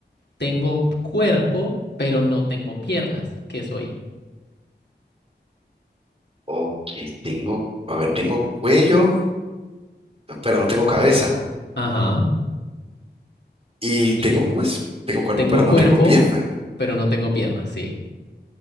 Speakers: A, on the left; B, on the right.
A: Tengo cuerpo, pero no tengo piernas. ¿Qué soy?
B: ok, tengo, a ver, tengo cuello, pero no tengo cabeza.
A: Ajá.
B: Y
A: Y
B: tengo, ¿cómo es? Tengo cuerpo,
A: tengo
B: pero no
A: cuerpo,
B: tengo pierna.
A: pero no tengo piernas, sí.